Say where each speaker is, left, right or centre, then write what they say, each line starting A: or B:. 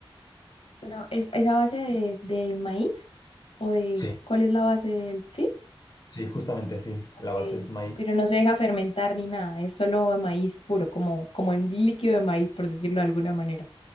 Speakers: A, on the left; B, on the left.
A: Pero ¿es, es a base de, de maíz? ¿O de
B: Sí.
A: cuál es la base del...? Sí,
B: Sí, justamente, sí.
A: ok.
B: La base es maíz.
A: Pero no se deja fermentar ni nada, es solo maíz puro, como, como en líquido de maíz, por decirlo de alguna manera.